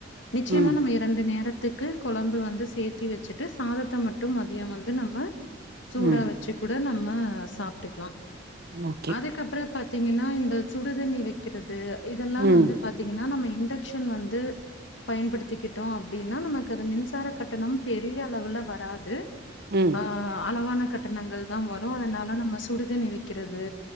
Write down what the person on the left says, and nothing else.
நிச்சயமா
நம்ம இரண்டு நேரத்துக்கு குழம்பு வந்து சேத்தி வச்சிட்டு சாதத்த மட்டு மதிய வந்து நம்ம சூடா
வச்சு கூட நம்ம சாப்ட்டுக்லா
அதுக்கப்றோ திங்கனா இந்த சுடுதண்ணி வெக்கிறது இதெல்லா
வந்து பாத்தீங்கனா நம்ம இண்டக்க்ஷன் வந்து பயன் படுத்திக்கிட்டோ அப்டின்னா நமக்கு அது மின்சார கட் கட்டணம் பெரிய அளவுள வராது
அ அளவான கட் கட்டணங்கள் தா வரு அதனால நம்ம சுடுதண்ணி வெக்கிறது